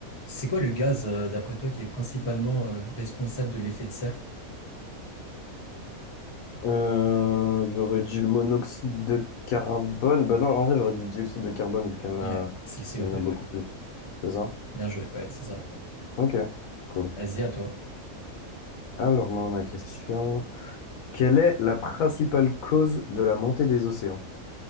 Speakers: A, on the left; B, on the left.
A: C'est quoi le gaz, euh, d'après toi, qui est principalement euh, responsable de l'effet de serre?
B: Euh, j'aurais dit le monoxyde de carbone. Bah non, en vrai, j'aurais dit le dioxyde de carbone vu qu'il y en a,
A: Ouais, c'est le CO2,
B: il y en a beaucoup
A: ouais.
B: plus. C'est ça?
A: Bien joué, ouais, c'est ça.
B: Ok, cool.
A: Vas-y, à toi.
B: Alors, moi, ma question. Quelle est la principale cause de la montée des océans?